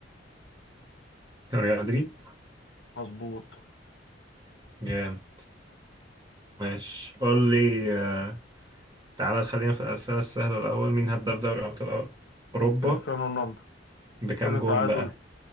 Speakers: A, on the right (about 25°); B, on the left (about 65°).
A: ريال مدريد
B: مظبوط،
A: جامد ماشي قول لي آه، تعالى خلينا في الأسئلة السهلة الأول مين هداف دوري أبطال أوروبا
B: كريستيانو رونالدو،
A: بكام
B: كده
A: جون
B: تعادل
A: بقى